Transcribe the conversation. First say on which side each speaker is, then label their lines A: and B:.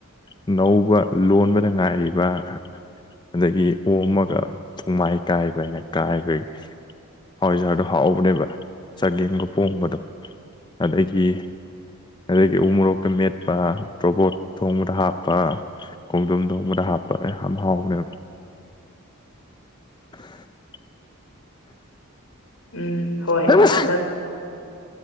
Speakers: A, on the left; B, on the left.
A: ꯑꯅꯧꯕ ꯂꯣꯟꯕꯗ ꯉꯥꯏꯔꯤꯕ ꯑꯗꯒꯤ ꯑꯣꯝꯃꯒ ꯊꯣꯡꯃꯥꯏ ꯀꯥꯏꯕ ꯍꯥꯏꯅ ꯀꯥꯏꯕꯒꯤ ꯍꯋꯥꯏꯖꯥꯔꯗꯣ ꯍꯥꯎꯕꯅꯦꯕ ꯆꯒꯦꯝꯒ ꯄꯣꯝꯕꯗꯣ ꯑꯗꯒꯤ ꯑꯗꯒꯤ ꯎ ꯃꯣꯔꯣꯛꯀ ꯃꯦꯠ ꯍꯥꯞꯄ ꯇ꯭ꯔꯣꯕꯣꯠ ꯊꯣꯡꯕꯗ ꯍꯥꯞꯄ ꯈꯣꯡꯗꯝ ꯊꯣꯡꯕꯗ ꯍꯥꯞꯄ ꯌꯥꯝ ꯍꯥꯎꯕꯅꯦꯕ <inaudible>
B: ꯎꯝ ꯍꯣꯏ
A: ꯑꯃꯨꯛꯀ
B: ꯍꯟꯗꯛ